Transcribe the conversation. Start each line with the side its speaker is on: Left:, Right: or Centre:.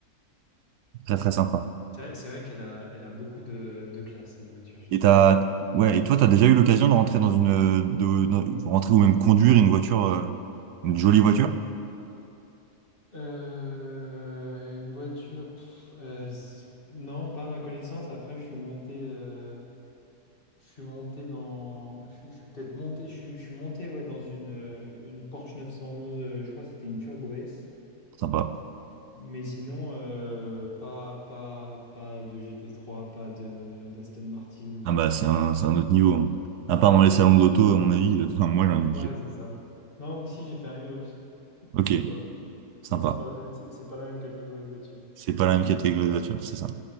Right: Très très sympa.
Left: C'est vrai, c'est vrai qu'elle a, elle a beaucoup de, de classe, cette voiture, je
Right: Et
Left: trouve
Right: t'as,
Left: aussi.
Right: ouais, et toi, t'as déjà eu l'occasion de rentrer dans une, euh, de, de rentrer ou même conduire une voiture, euh, une jolie voiture?
Left: Euh, une voiture, pff, euh, s- non, pas à ma connaissance. Après, je suis monté, euh, je suis monté dans, je, suis je suis peut-être monté, je, suis je suis monté ouais dans une, euh, une Porsche 911. euh, je crois que c'était une Turbo S.
Right: Sympa.
Left: Mais sinon, euh, pas, pas, pas de GT3, pas de d'Aston Martin ou.
Right: Ah bah c'est un, c'est un autre niveau. hein. À part dans les salons de l'auto, à mon avis, euh, <laughs> enfin, moi j'en ai.
Left: Ouais,
Right: j'ai-
Left: c'est ça. Non, aussi j'ai fait un Urus
Right: Ok,
Left: une fois,
Right: sympa.
Left: mais c'est pas le- c'est c'est pas la même catégorie de voiture.
Right: C'est pas la même catégorie de voiture, c'est ça.